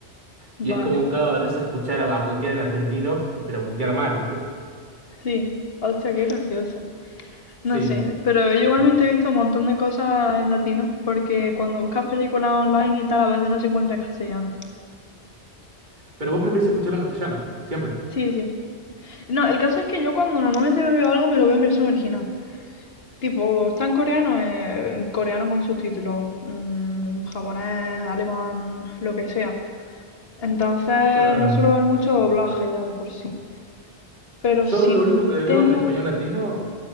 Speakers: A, on the left; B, on the right.
A: vale,
B: Y es como un cago de risa escuchar a, a putear en argentino, pero putear mal, ¿viste?
A: sí. Hostia, qué gracioso. No
B: Sí.
A: sé, pero yo igualmente he visto un montón de cosas en latino, porque cuando buscas películas online y tal, a veces no se encuentra en castellano.
B: Pero vos preferís escucharlo en castellano, siempre.
A: Sí, sí. No, el caso es que yo cuando normalmente me veo algo me lo veo en versión original. Tipo, está en coreano, eh, en coreano con subtítulos, mm, japonés, alemán, lo que sea. Entonces
B: Claro.
A: no suelo ver mucho doblaje ya de por sí. Pero
B: Yo
A: si
B: lo único que veo
A: tengo...
B: en español latino